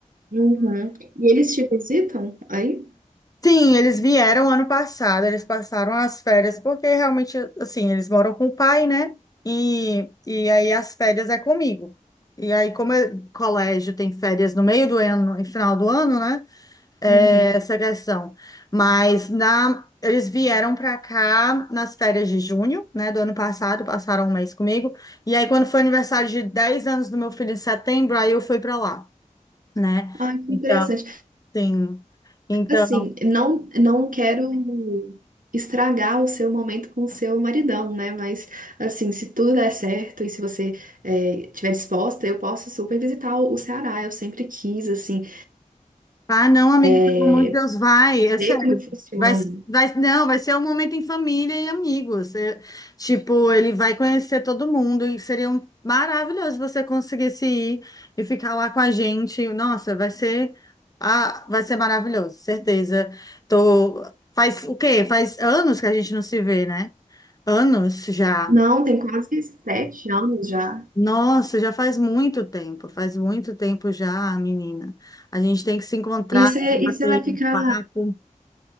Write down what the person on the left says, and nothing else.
Sim, eles vieram ano passado, eles passaram as férias, porque realmente, assim, eles moram com o pai, né? E, e aí as férias é comigo. E aí, como é- colégio tem férias no meio do ano e final do ano, né? É
essa questão. Mas na, eles vieram para cá nas férias de junho, né? Do ano passado, passaram um mês comigo. E aí, quando foi aniversário de 10 anos do meu filho em setembro, aí eu fui para lá, né?
Então,
sim. Então,
Ah, não, amiga, pelo
amor de Deus, vai, é
sério.
Vai, vai, não, vai ser um momento em família e amigos. É, tipo, ele vai conhecer todo mundo e seria um, maravilhoso você conseguisse ir e ficar lá com a gente. Nossa, vai ser, ah, vai ser maravilhoso, certeza. Tô, faz o quê? Faz anos que a gente não se vê, né? Anos já.
Nossa, já faz muito tempo, faz muito tempo já, menina. A gente tem que se encontrar,
tem que bater
um papo.